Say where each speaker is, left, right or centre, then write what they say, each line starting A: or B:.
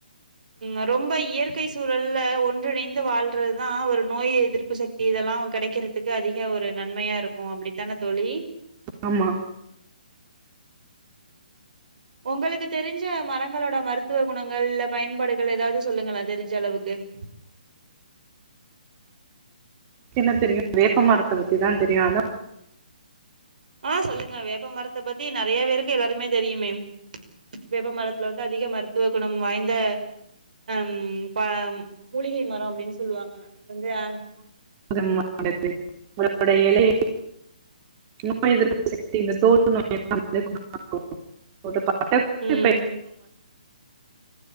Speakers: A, on the right (about 70°); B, on the right (about 25°).
A: ம் ரொம்ப இயற்கை சூழல்ல ஒன்றிணைந்து வாழ்றதுதா ஒரு நோய் எதிர்ப்பு சக்தி லா கெடக்கிறதுக்கு அதிக ஒரு நன்மையா இருக்கும் அப்படித்தானே தோழி
B: ஆமா
A: உங்களுக்கு தெரிஞ்ச மரங்களோட மருத்துவ குணங்கள் இல்ல பயன்பாடுகள் ஏதாவது சொல்லுங்களே தெரிஞ்ச அளவுக்கு <inaudible>
B: என்ன தெரியு வேப்பமரத்த பத்திதா தெரியு அதா
A: ஆ சொல்லுங்க வேப்ப மரத்த பத்தி நெறைய பேருக்கு எல்லாருமே தெரியுமே வேப்ப மரத்துல வந்து அதிக மருத்துவ குணம் வாய்ந்த ம் ப மூலிகை மர அப்படின் சொல்லுவாங்க <unintelligible>
B: <inaudible> களோட எலை நோய் எதிர்ப்பு சக்தி இந்த தோல் நோய் எல்லா வந்து குணமாகு ஒரு
A: ம்